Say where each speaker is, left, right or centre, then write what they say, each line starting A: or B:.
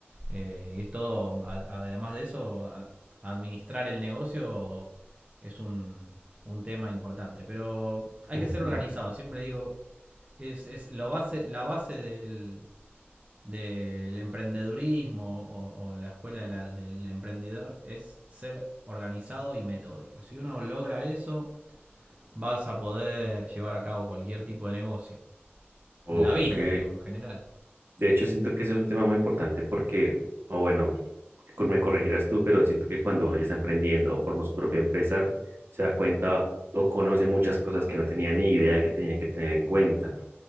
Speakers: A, on the right; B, on the right.
A: Eh, y es todo, a- además de eso, a- administrar el negocio es un, un tema importante. Pero hay
B: Ujú.
A: que ser organizado, siempre digo, es, es lo base, la base del, del emprendedurismo o, o la escuela de la- del emprendedor es ser organizado y metódico. Si uno logra eso, vas a poder llevar a cabo cualquier tipo de negocio.
B: Ok.
A: En la vida, digo, en general.
B: De hecho, siento que eso es un tema muy importante porque, o bueno, cor- me corregirás tú, pero siento que cuando uno ya está emprendiendo o forma su propia empresa, se da cuenta o conoce muchas cosas que no tenía ni idea que tenía que tener en cuenta.